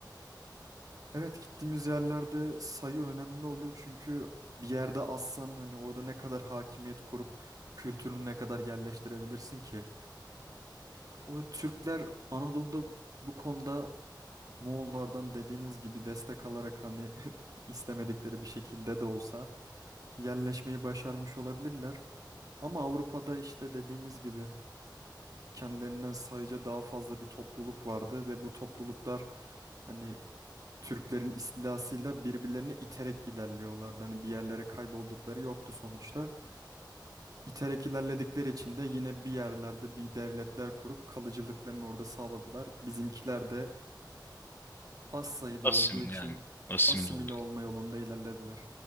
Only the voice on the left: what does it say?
Asim
yani asimile
oldu.